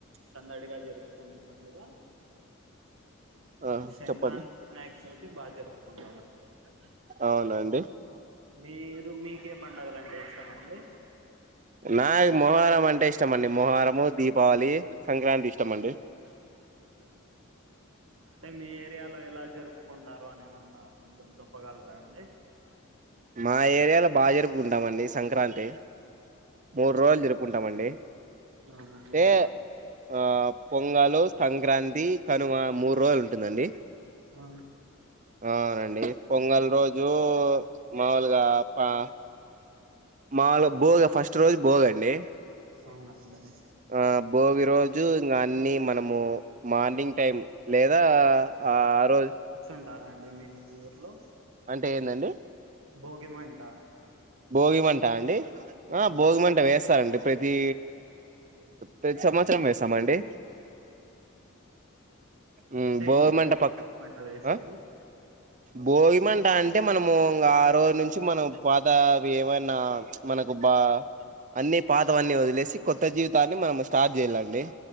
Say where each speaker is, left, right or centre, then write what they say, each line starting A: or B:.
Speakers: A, on the right; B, on the right.
A: సందడిగా జరుపుకునే పండుగ
B: ఆ
A: సంక్రాంతి
B: చెప్పండి
A: వినాయకచవితి బాగా జరుపుకుంటాం అండి
B: అవునండి
A: మీరు మీకే పండుగలు అంటే ఇష్టామండి
B: నాకు మొహర్రం అంటే ఇష్టమండి మొహరము దీపావళి సంక్రాంతి ఇష్టమండి
A: <unintelligible> అంటే మీ ఏరియాలో ఎల జరుపుకుంటారు అని ఏమన్నా కొంచెం చెప్పగలర అండి
B: మా ఏరియాలో బాగ జరుపుకుంటామండి సంక్రాంతి మూడు రోజులు జరుపుకుంటామండి
A: అవునా
B: అంటే
A: అండి
B: ఆ పొంగలు సంక్రాంతి కనుమ మూడు రోజులు ఉంటుందండి
A: ఆ
B: అవునండి పొంగల్ రోజు మాముూలుగా <unintelligible> <unintelligible> బోగ ఫస్ట్ రోజు భోగ అండి
A: అవున అండి
B: ఆ భోగి రోజు ఇంగ అన్ని మనము మార్నింగ్ టైం లేద ఆ ఆ రో
A: <unintelligible> చుంటార అండి మీ ఊర్లో
B: అంటే ఏందండి
A: భోగి మంట
B: భోగి మంట అండి ఆ
A: అవునండి
B: భోగి మంట వేస్తారండి ప్రతి ప్రతి సంవత్సరం వేస్తామండి ఉ
A: అంటే
B: భోగి
A: ఎందుకు
B: మంట ప
A: మంట వేసేది
B: <unintelligible> భోగిమంట అంటే మనము ఆ రోజు నుంచి మనం ప <unintelligible> అవి ఏవన్న మనకు బా అన్ని పాతవన్ని వదిలేసి కొత్త జీవితాన్ని మనం స్టార్ట్ చేయాలండి